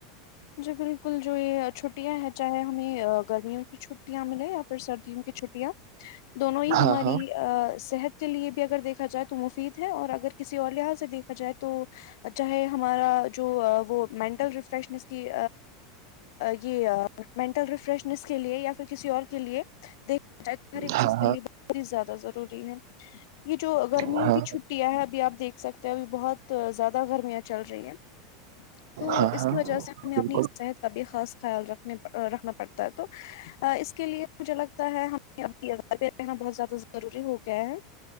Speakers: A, on the left; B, on the right.
A: جی بالکل جو یہ چھٹیاں ہیں چاہے ہمیں گرمیوں کی چ چھٹیاں ملے یا پھر سردیوں کی چھٹیاں دونوں ہی ہماری
B: ہاں ہاں
A: صحت کے لیے بھی اگر دیکھا جائے تو مفید ہے اور اگر کسی اور لحظ سے دیکھا جائے تو چاہے ہمارا جو وہ مینٹل ریفریشنس کی یہ مینٹل ریفریشنس کے لیے یا پھر کسی اور کے لیے دیک ہر ایک
B: ہاں
A: چیز کے لیے بہت ہی زیادہ ضروری ہے یہ جو گرمیوں
B: ہاں
A: کی چھ ہے اب آپیکھ سکتے اب بہت زیادہ گرمیاں چل رہی ہیں تو
B: ہاں
A: اس
B: ہاں ہاں
A: کی وجہ سے ہمیں
B: بالکل
A: اپنی صحت کا بھی خاص خیال رکھنے رکھنا پڑتا ہے تو اس کے لیے مجھے لگتا ہے ہمیں ابھی رہنا بہت زیادہ ضروری ہو گیا ہے